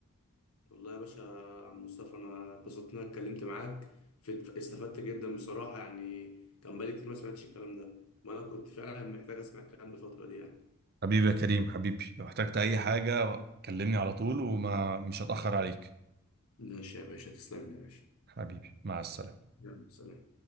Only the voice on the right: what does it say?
حبيبي يا كريم حبيبي لو احتجت اي حاجة كلمني على طول وما مش هتأخر عليك
حبيبي مع السلامة